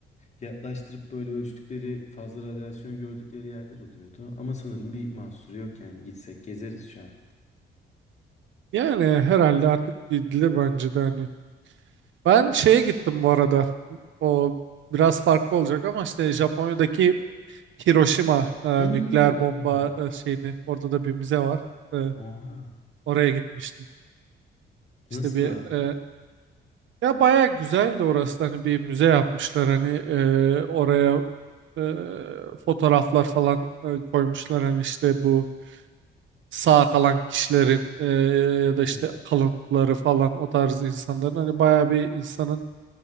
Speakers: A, on the left; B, on the right.
A: yaklaştırıp böyle ölçtükleri fazla radyasyon gördükleri yerler oluyordu. Ama sanırım bir mahsuru yok yani gitsek gezeriz şu an.
B: Yani herhalde artık bildirir bence de hani. Ben şeye gittim bu arada. O biraz farklı olacak ama işte Japonya'daki Hiroşima e,
A: Hmm.
B: nükleer bomba e, şeyini orada da bir müze var. E,
A: Oha.
B: oraya gitmiştim.
A: Nasıl
B: İşte bir
A: abi?
B: e, ya baya güzeldi orası. da. Hani bir müze yapmışlar hani e, oraya e, fotoğraflar falan e, koymuşlar hani işte bu sağ kalan kişilerin e, ya
A: Hmm.
B: da işte kalıntıları falan o tarz insanların hani baya bir insanın